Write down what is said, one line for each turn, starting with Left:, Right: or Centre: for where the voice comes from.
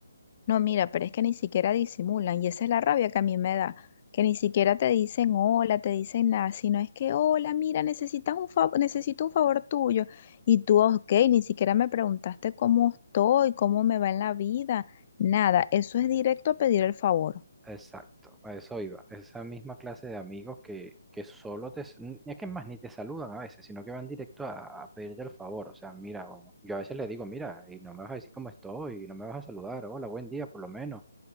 Left: No, mira, pero es que ni siquiera disimulan y esa es la rabia que a mí me da, que ni siquiera te dicen hola, te dicen nada, sino es que hola, mira, necesitas un favor, necesito un favor tuyo y tú, ok, ni siquiera me preguntaste cómo estoy, cómo me va en la vida, nada, eso es directo a pedir el favor.
Centre: Exacto, a eso iba. Esa misma clase de amigos que, que solo te... s- n- Es que más ni te saludan a veces, sino que van directo a, a pedirte el favor. O sea, mira, o- yo a veces le digo, mira, y no me vas a decir cómo estoy, y no me vas a saludar, hola, buen día, por lo menos.